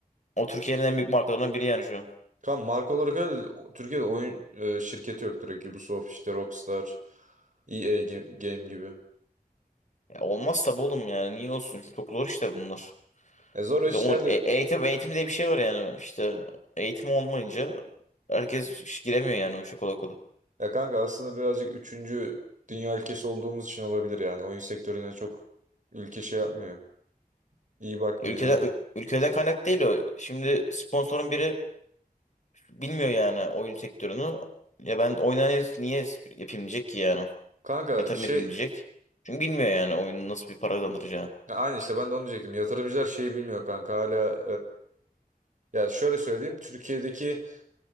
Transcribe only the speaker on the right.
Kanka marka olarak öyle o- Türkiye'de oyun e, şirketi yok direkt. Ubisoft işte Rockstar, EA Game, Game gibi.
E zor işler
de
ya kanka aslında birazcık üçüncü dünya ülkesi olduğumuz için olabilir yani. Oyun sektörüne çok ülke şey yapmıyor. İyi bakmıyor
hani.
Kanka
şey
ya aynı işte ben de onu diyecektim. Yatırımcılar şeyi bilmiyor kanka hala e, ya şöyle söyleyeyim Türkiye'deki